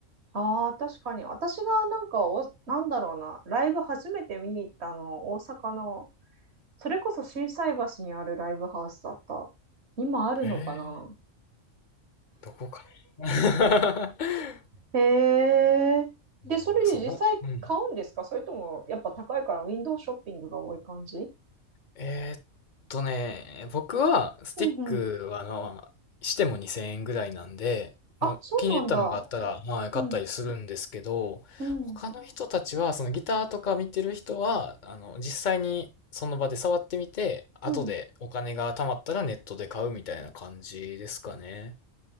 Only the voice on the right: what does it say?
ああ、確かに。私がなんかお、なんだろうな、ライブ初めて見に行ったの、大阪の、それこそ心斎橋にあるライブハウスだった。今あるのかな
へえ。で、それで実際買うんですかそれとも、
やっぱ高いからウィンドウショッピングが多い感じ
うんうん。
あ、
そうなんだ。
うん、うん、
うん。